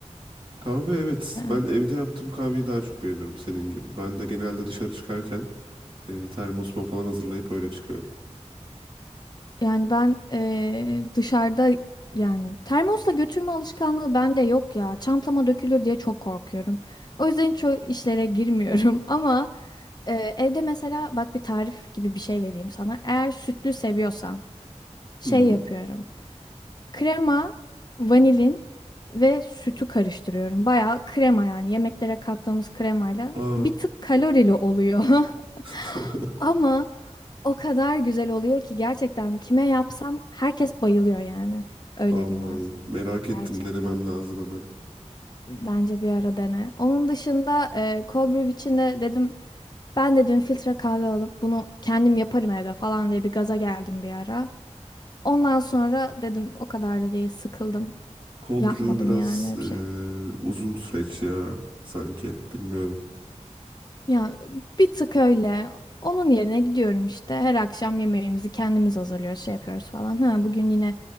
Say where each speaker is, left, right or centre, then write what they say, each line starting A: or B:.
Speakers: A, on the right; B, on the left.
A: Kahve evet.
B: Yani
A: Ben evde yaptığım kahveyi daha çok beğeniyorum senin gibi. Ben de genelde dışarı çıkarken eee termosuma falan hazırlayıp öyle çıkıyorum.
B: yani ben eee, dışarıda yani termosla götürme alışkanlığı bende yok ya. Çantama dökülür diye çok korkuyorum. O yüzden çok işlere girmiyorum <laughs> ama eee, evde mesela bak bir tarif gibi bir şey vereyim sana. Eğer sütlü seviyorsan şey
A: Hı.
B: yapıyorum. Krema, vanilin ve sütü karıştırıyorum. Bayağı krema yani yemeklere kattığımız kremayla
A: Aa.
B: bir tık kalorili oluyor.
A: <laughs>
B: <laughs> Ama o kadar güzel oluyor ki gerçekten kime yapsam herkes bayılıyor yani. Öyle
A: Allah
B: diyeyim
A: Allah.
B: ben. sana.
A: Merak ettim.
B: Gerçekten.
A: Denemem lazım hemen.
B: Bence bir ara dene. Onun dışında e, cold brew için de dedim ben dedim filtre kahve alıp bunu kendim yaparım evde falan diye bir gaza geldim bir ara. Ondan sonra dedim o kadar da değil sıkıldım.
A: Cold
B: Yapmadım
A: brew biraz
B: yani öyle
A: eee,
B: bir şey.
A: uzun süreç ya sanki. Bilmiyorum.
B: Ya bir tık öyle. Onun yerine gidiyorum işte. Her akşam yemeğimizi kendimiz hazırlıyoruz, şey yapıyoruz falan. Ha, bugün yine